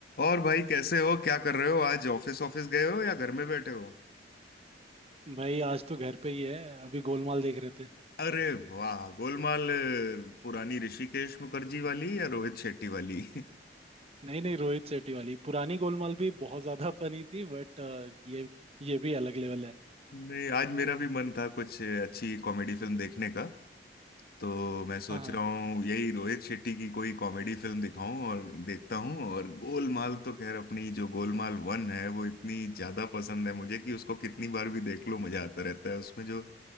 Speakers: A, on the left (about 60°); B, on the right (about 35°).
A: और भाई कैसे हो क्या कर रहे हो आज ऑफिस ऑफिस गए हो या घर में बैठे हो
B: भाई आज तो घर पे ही है अभी गोलमाल देख रहे थे
A: अरे वाह गोलमाल अ, पुरानी ऋषिकेश मुखर्जी वाली या रोहित शेट्टी वाली <laughs>
B: नहीं नहीं रोहित शेट्टी वाली पुरानी गोलमाल भी बहुत ज्यादा <laughs> फनी थी बट ये ये भी अलग लेवल है
A: नहीं आज मेरा भी मन था कुछ अच्छी कॉमेडी फिल्म देखने का तो मैं सोच
B: हाँ हाँ
A: रहा हूँ यही रोहित शेट्टी की कोई कॉमेडी फिल्म दिखाऊं और देखता हूँ और गोलमाल तो खैर अपनी जो गोलमाल वन है वो इतनी ज्यादा पसंद है मुझे कि उसको कितनी बार भी देख लो मजा आता रहता है उसमें जो